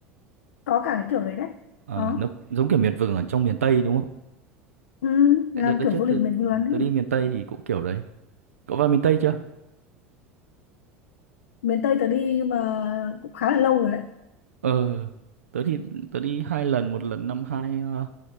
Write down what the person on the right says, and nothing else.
Ờ,
nó giống kiểu miệt vườn ở trong miền Tây đúng không?
Tại
Đợt đợt
trước
tớ,
tớ đi miền Tây thì cũng kiểu đấy. Cậu vào miền Tây chưa?
Ờ, tớ thì tớ đi hai lần, một lần năm hai ờ,